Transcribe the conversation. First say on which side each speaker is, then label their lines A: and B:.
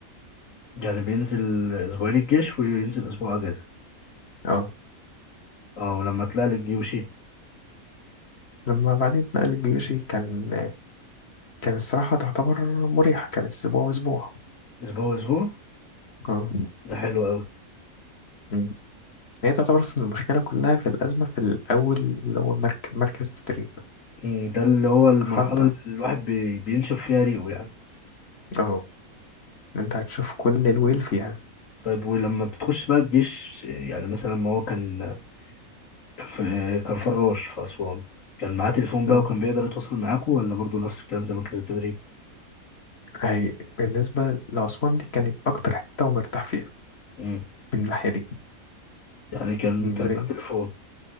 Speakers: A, on the left; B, on the left.
A: يعني بينزل أسبوعين الجيش وينزل أسبوع أجازة
B: اه
A: اه ولما طلع للجيوشي
B: لما بعدين اتنقل الجيوشي كان كان الصراحة تعتبر مريحة كانت أسبوع وأسبوع
A: أسبوع أسبوع
B: اه
A: ده حلو أوي
B: مم. هي تعتبر أصلا المشكلة كلها في الأزمة في الأول اللي هو مركز مركز تدريب
A: أمم، ده اللي هو المرحلة
B: حتى
A: اللي الواحد بي- بينشف فيها ريقه يعني
B: اه انت هتشوف كل الويل فيها
A: طيب ولما بتخش بقى الجيش يعني مثلا ما هو كان كان في كان فراش في أسوان كان معاه تليفون بقى
B: اه
A: وكان بيقدر يتواصل معاكم ولا برضو نفس الكلام زي مركز التدريب
B: هي بالنسبة لأسوان دي كانت أكتر حتة ومرتاح فيها
A: مم.
B: من الناحية دي
A: يعني كان
B: ازاي؟
A: كان معاه تليفون